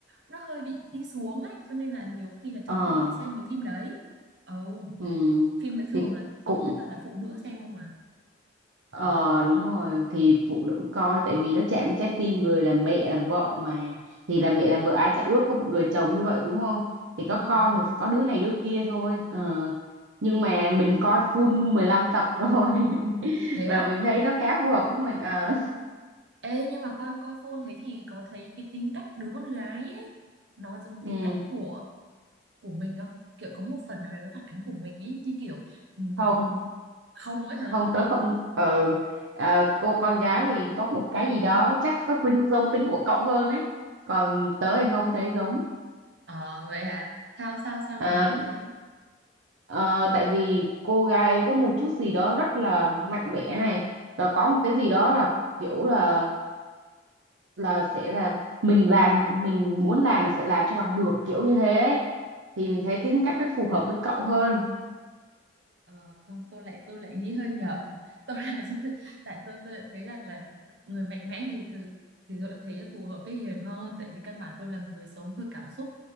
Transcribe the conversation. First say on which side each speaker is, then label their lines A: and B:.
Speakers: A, on the right; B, on the right.
A: nó hơi bị đi xuống ấy cho nên là nhiều khi là chồng
B: ờ,
A: tôi cũng thích xem mấy phim đấy ồ
B: ừ.
A: phim đấy thường
B: Thì
A: là
B: cũng
A: tôi thấy toàn là phụ nữ xem không mà
B: Ờ đúng rồi thì phụ nữ coi tại vì nó chạm đến trái tim người làm mẹ làm vợ mà thì làm mẹ làm vợ ai chả ước có một người chồng như vậy đúng không
A: đúng
B: thì có
A: rồi
B: con
A: đúng
B: thì
A: không
B: có đứa này đứa kia thôi ờ. nhưng mà mình coi full 15 tập rồi <laughs>
A: thế
B: và
A: á
B: mình thấy nó khá phù hợp với mình ờ.
A: ê nhưng mà coi coi phone thế thì có thấy cái tính cách đứa con gái ấy nó giống
B: ừ.
A: tính cách của của mình không kiểu có một phần nào đấy nó phản ánh của mình ấy như kiểu ừm,
B: không
A: không ấy hả
B: không tớ không ừ. Ờ, cô con gái thì có một cái gì đó chắc có tính giống tính của cậu hơn ấy còn tớ thì không thấy giống
A: Ờ vậy à? Sao sao sao
B: Ờ,
A: lại nghĩ như thế?
B: Ờ, tại vì cô gái ấy có một chút gì đó rất là mạnh mẽ này và có một cái gì đó là kiểu là là sẽ là mình làm mình muốn làm mà sẽ làm cho bằng được kiểu như thế ấy. Thì mình thấy tính cách nó phù hợp với cậu hơn.
A: Ờ không, tôi lại tôi lại nghĩ hơi nhầm. Tôi lại <laughs> tại tôi tôi lại thấy rằng là người mạnh mẽ thì thường thì tôi lại thấy phù hợp với Hiền hơn tại vì căn bản tôi là người sống hơi cảm xúc.